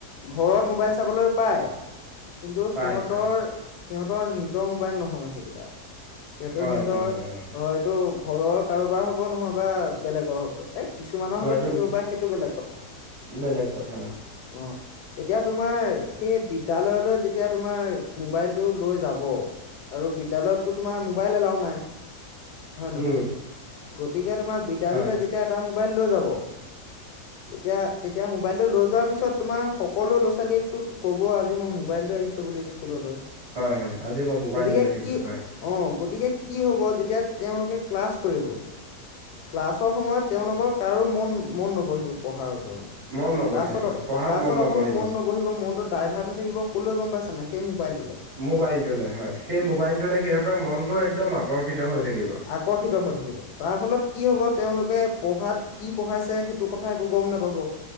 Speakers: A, on the left (about 80°); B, on the right (about 50°).
A: ঘৰত মোবাইল চাবলৈ পায় কিন্তু
B: পাই
A: সিহঁতৰ-
B: পাই
A: সিহঁতৰ নিজৰ মোবাইল নহয় সেইকেইটা। সেইটো
B: হয়
A: সিহঁতৰ
B: নহয় অ
A: হয়তো ঘৰৰ কাৰোবাৰ হ'ব নহয় বা বেলেগৰ হ'ব। এ, কিছুমানৰ
B: হয়
A: হাতত
B: এইটো
A: থাকিব পাৰে, সেইটো বেলেগ কথা।
B: বেলেগ <inaudible>
A: অ', এতিয়া তোমাৰ, সেই বিদ্যালয়লৈ যেতিয়া তোমাৰ মোবাইলটো লৈ যাব আৰু বিদ্যালয়তটো তোমাৰ মোবাইল এলাও নাই। হয় নহয়!
B: উম
A: গতিকে তোমাৰ বিদ্যালয়লৈ
B: হয়
A: যেতিয়া এটা মোবাইল লৈ যাব
B: <inaudible>
A: তেতিয়া, তেতিয়া মোবাইলটো লৈ যোৱাৰ পিছত তোমাৰ সকলো লৰা-ছোৱালীকটো ক'ব, আজি মই মোবাইল লৈ আহিছোঁ বুলি স্কুললৈ।
B: হয়, হয়, আজি মই মোবাইল
A: গতিকে
B: লৈ আহিছো।
A: কি
B: হয়।
A: অ' গতিকে কি হ'ব, যেতিয়া তেওঁলোকে ক্লাছ কৰিব। ক্লাছৰ সময়ত তেওঁলোকৰ কাৰো মন মন নবহিব পঢ়াৰ ওপৰত।
B: মন নবহে
A: ক্লাছত
B: হয়
A: অক
B: পঢ়াত
A: ক্লাছত
B: মন নবহিব
A: অকণো মন নব হিব মনটো ডাইভাৰ্ট হৈ থাকিব, কলৈ গ'ম পাইছা নে সেই মোবাইলটোলৈ?
B: মোবাইলটোলৈ হয়। সেই মোবাইলটোলৈ সিহঁতৰ মনটো একদম আকৰ্ষিত হৈ থাকিব।
A: আকৰ্ষিত হৈ থাকিব। তাৰ ফলত কি হ'ব তেওঁলোকে পঢ়াত কি পঢ়াইছে সেইটো কথা একো গ'ম নাপাব।